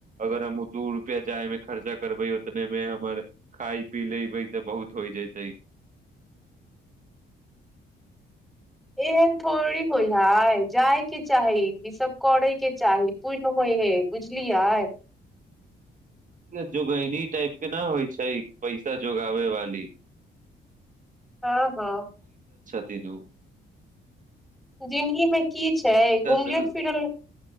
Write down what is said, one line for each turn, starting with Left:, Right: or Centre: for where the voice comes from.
Right: अगर हम दू रुपआ जायमे खर्चा करबै उतने मे हमर खाय पी लेबै तऽ बहुत होइ जतै
Centre: एहन थोड़े होइ हइ जायके चाही ईसभ करयके चाही पूण होइ हय बुझलियै
Right: जोगैनी टाइप के न होइ छै पैसा जोगाबे वाली
Centre: हँ हँ
Right: देलौ
Centre: जिंदगी मे की छै घुमल
Right: से
Centre: फिरल